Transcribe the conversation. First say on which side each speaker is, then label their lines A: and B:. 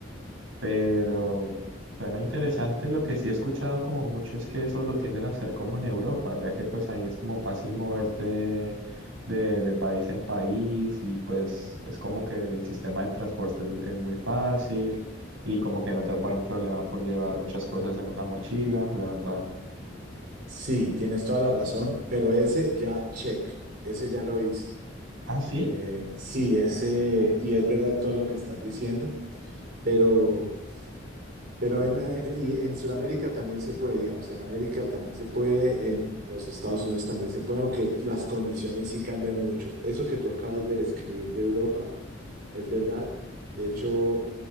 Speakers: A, on the right; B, on the right.
A: Pero suena interesante. Lo que sí he escuchado como mucho es que eso lo tienden a hacer como en Europa, ya que pues ahí es como fácil moverte de, de- de país en país y pues es como que el sistema de transporte es, es muy fácil y como que no te ponen problema por llevar muchas cosas en una mochila, la verdad.
B: Sí, tienes toda la razón, pero ese ya check, ese ya lo hice.
A: Ah, sí.
B: Eh, sí, ese, y es verdad todo lo que estás diciendo, pero, pero en, en- y en Sudamérica también se puede, digamos, en América también se puede, en los Estados Unidos también se puede, aunque las condiciones sí cambian mucho. Eso que tú acabas de describir de Europa, Es verdad. De hecho,